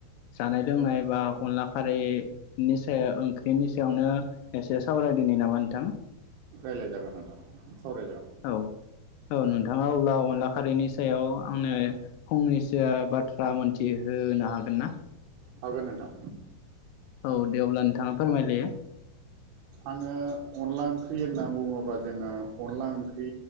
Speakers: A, on the left (about 80°); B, on the right (about 75°).
A: जानाय लोंनाय बा अनला खारैनि सायाव ओंख्रिनि सायावनो एसे सावरायदिनि नामा नोंथां?
B: रायलाय जागोन नोंथां सावरायजागोन
A: औ औ नोंथाङा अब्ला अनला खारैनि सायाव आंनो फंनैसो बाथ्रा मोनथिहोनो हागोन ना?
B: हागोन नोंथां
A: औ दे अब्ला नोंथाङा फोरमायदो
B: आङो अनला ओंख्रि होनना बुङोबा जोङो अनला ओंख्रि